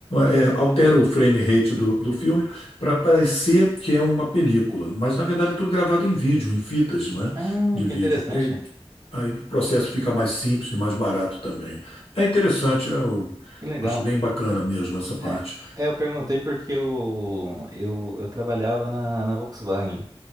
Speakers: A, on the left (about 65°); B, on the right (about 35°).
A: é, altera o frame rate do, do filme para parecer que é uma película. Mas na verdade é tudo gravado em vídeo, em fitas, não é?
B: Ah,
A: De
B: que
A: vídeo.
B: interessante.
A: É, Aí o processo fica mais simples e mais barato também. É interessante, eu
B: Que legal.
A: acho bem bacana mesmo essa parte.
B: É, é, eu perguntei porque eu, eu, eu trabalhava na, na Volkswagen